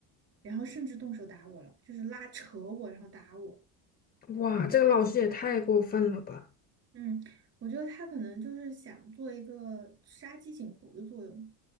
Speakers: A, on the right; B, on the left.
A: 然后甚至动手打我了，就是拉扯我，然后打我。
B: 哇，这个老师也太过分了吧！
A: 嗯，我觉得他可能就是想做一个杀鸡儆猴的作用。